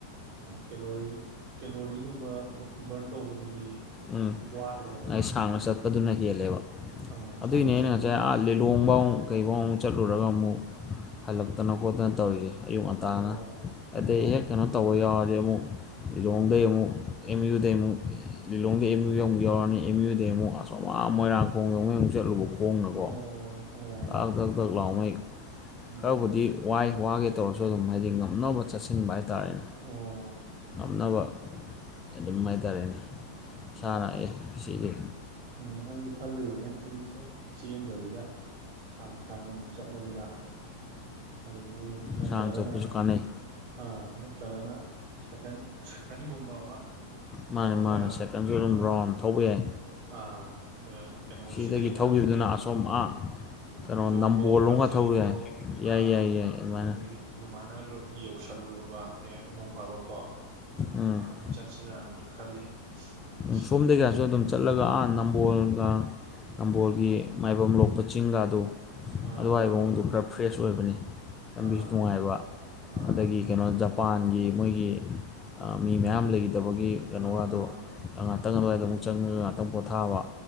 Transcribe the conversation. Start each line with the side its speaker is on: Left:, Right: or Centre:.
Right: ꯀꯦꯂꯣꯔꯤ ꯀꯦꯂꯣꯔꯤꯒꯨꯝꯕ ꯕꯔꯟ ꯇꯧꯕꯗꯨꯗꯤ
Left: ꯎꯝ
Right: ꯋꯥꯠꯂꯦꯕ
Left: ꯑꯩ ꯁꯥꯡꯅ ꯆꯠꯄꯗꯨꯅ ꯍꯦꯜꯂꯦꯕ
Right: ꯑꯥ
Left: ꯑꯗꯨꯏꯅꯦ
Right: ꯁꯥꯡꯅ
Left: ꯑꯩꯅ
Right: ꯆꯠꯄꯗꯨꯅ
Left: ꯉꯁꯥꯏ
Right: ꯍꯦꯜꯂꯦ
Left: ꯑꯥ ꯂꯤꯂꯣꯡ ꯈꯣꯡꯕꯥꯎ ꯀꯩꯐꯥꯎ ꯑꯃꯨꯛ ꯆꯠꯂꯨꯔꯒ ꯑꯃꯨꯛ
Right: ꯎꯝ
Left: ꯍꯜꯂꯛꯇꯅ ꯈꯣꯠꯇꯅ ꯇꯧꯔꯤꯑꯦ ꯑꯌꯨꯛ ꯉꯟꯇꯥꯅ
Right: ꯑꯣ ꯑꯣ
Left: ꯑꯗꯩ ꯍꯦꯛ ꯀꯩꯅꯣ ꯇꯧꯕ ꯌꯥꯎꯔꯗꯤ ꯑꯃꯨꯛ ꯂꯤꯂꫭꯡꯗꯥꯏ ꯑꯃꯨꯛ ꯑꯦꯝ ꯌꯨ ꯗꯥꯒꯤ ꯑꯃꯨꯛ ꯂꯤꯂꯣꯡꯗ ꯑꯦꯝ ꯌꯨ ꯌ ꯑꯃꯨꯛ ꯌꯥꯎꯔꯅꯤ ꯑꯦꯝ ꯌꯨꯗ ꯑꯃꯨꯛ ꯑꯁꯝ ꯃꯣꯏꯔꯥꯡꯈꯣꯡ ꯌꯧ ꯑꯃꯨꯛ ꯆꯠꯂꯨꯕ ꯈꯣꯡꯅꯀꯣ
Right: ꯑꯣ ꯑꯣ
Left: ꯑꯜ UNINTELLIGIBLE
Right: ꯎꯝ
Left: ꯈꯔꯕꯨꯗꯤ ꯋꯥꯏ ꯋꯥꯒꯦ ꯇꯧꯔꯁꯨ ꯑꯗꯨꯝ ꯍꯥꯏꯗꯤ ꯉꯝꯅꯕ ꯆꯠꯁꯤꯟꯕ ꯍꯥꯏꯇꯥꯥꯔꯦꯅꯦ
Right: ꯑꯣ
Left: ꯉꯝꯅꯕ ꯑꯗꯨꯝ ꯍꯥꯏꯇꯥꯔꯦꯅꯦ ꯁꯥꯅꯑ ꯁꯤꯒꯤ
Right: ꯑꯥ ꯑꯩꯁꯨ ꯈꯜꯂꯤꯕꯅꯦ ꯍꯧꯖꯤꯛꯁꯦ ꯆꯦꯟꯗꯕꯤꯗ ꯁꯥꯡ ꯁꯥꯡꯅ ꯑꫭꯏꯅ ꯆꯠꯂꯁꯤꯔꯥ ꯑꯗꯥꯒꯤ ꯅꯠꯇ꯭ꯔꯒꯅ
Left: ꯁꯥꯡꯅ ꯆꯠꯄꯁꯨ ꯀꯥꯟꯅꯩ
Right: ꯑ ꯅꯠꯇ꯭ꯔꯒꯅ ꯁꯥꯏꯀꯜ ꯁꯥꯏꯀꯜꯒꯨꯝꯕ ꯑꯃ
Left: ꯃꯥꯅꯤ
Right: ꯇꯧꯔꯒ
Left: ꯃꯥꯅꯤ ꯁꯦꯀꯟꯁꯨ ꯑꯗꯨꯝ
Right: ꯑꯥ
Left: ꯔꯥꯎꯟ ꯊꯧꯕ ꯌꯥꯏ
Right: ꯑꯥ ꯀꯩꯅꯣ
Left: ꯁꯤꯗꯒꯤ
Right: ꯁꯤꯗꯩꯅ
Left: ꯊꯧꯈꯤꯕꯗꯨꯅ ꯑꯁꯣꯝ ꯑꯥ
Right: ꯈꯣꯡꯖꯣꯝꯐꯧ
Left: ꯀꯩꯅꯣ ꯅꯝꯕꯣꯜ ꯂꯣꯝꯒ
Right: ꯀꯛꯆꯤꯡꯐꯧ
Left: ꯊꯧ ꯌꯥꯏ ꯌꯥꯏ
Right: ꯑ
Left: ꯌꯥꯏ ꯌꯥꯏ ꯑꯗꯨꯃꯥꯏꯅ
Right: ꯑꯗꯥꯒꯤ ꯑꯗꯨꯃꯥꯏꯅ ꯌꯧꯁꯜꯂꯨꯕ ꯍꯦꯛ ꯅꯣꯡ ꯐꯥꯗꯣꯛꯀꯣ
Left: ꯎꯝ
Right: ꯑꯗꯨꯃꯥꯏ ꯆꯠꯁꯤꯔꯛꯅꯁꯨ ꯈꯜꯂꯤ ꯍꯧꯖꯤꯛꯁꯦ
Left: ꯎꯝ ꯁꯣꯝꯗꯩꯒ꯭ꯌꯥꯁꯁꯨ ꯑꯗꯨꯝ ꯆꯠꯂꯒ ꯑꯥ ꯅꯝꯕꯣꯜꯒ ꯅꯝꯕꯣꯜꯒꯤ ꯃꯥꯏꯕꯝ ꯂꯣꯛꯄ ꯆꯤꯡꯒꯗꫭ
Right: ꯑꯥ
Left: ꯑꯗꯨꯋꯥ
Right: ꯑꯥ
Left: ꯃꯑꯣꯡꯗꯨ ꯈꯔ ꯐ꯭ꯔꯦꯁ ꯑꯣꯏꯕꯅꯤ ꯂꯝꯕꯤꯁꯨ
Right: ꯑꯥ
Left: ꯅꯨꯡꯉꯥꯏꯕ
Right: ꯑꯥ
Left: ꯑꯗꯒꯤ ꯀꯩꯅꯣ ꯖ ꯖꯄꯥꯟꯒꯤ ꯃꯣꯏꯒꯤ ꯃꯤ ꯃꯌꯥꯝ ꯂꯩꯗꯕꯒꯤ ꯀꯩꯅꯣꯒꯗꯣ
Right: ꯑꯥ
Left: ꯉꯥꯛꯇꯪ ꯑꯗꯨꯋꯥꯏꯗ ꯑꯃꯨꯛ ꯆꯪꯉꯒ ꯉꯥꯛꯇꯪ ꯄꯣꯊꯥꯕ